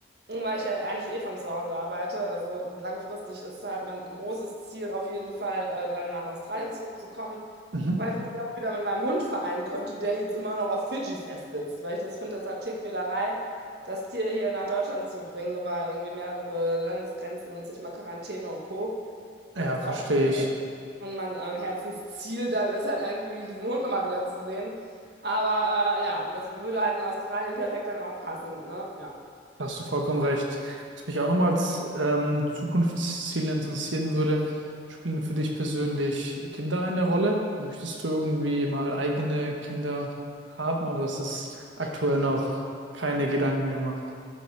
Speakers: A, on the right; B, on the right.
A: weil ich ja eigentlich eh von zu Hause arbeite. Also langfristig ist halt mein großes Ziel auf jeden Fall, äh, dann nach Australien zurückzukommen,
B: mhm.
A: weil ich mich da auch wieder mit meinem Hund vereinen könnte, der jetzt immer noch auf Fidschi festsitzt, weil ich das finde, das hat Tierquälerei das Tier hier nach Deutschland zu bringen, über irgendwie mehrere Landesgrenzen und sich mal Quarantäne und Co.
B: Ja,
A: Der ist jetzt
B: verstehe
A: auch schon zehn.
B: ich.
A: Und mein äh, Herzensziel dann ist halt irgendwie, diesen Hund nochmal wieder zu sehen. Aber äh, ja, und das würde halt in Australien perfekt dann auch passen, ne? Ja.
B: Da hast du vollkommen recht. Was mich auch nochmal als ähm, Zukunftsziel interessieren würde, spielen für dich persönlich Kinder eine Rolle? Möchtest du irgendwie mal eigene Kinder haben oder ist es aktuell noch keine Gedanken gemacht?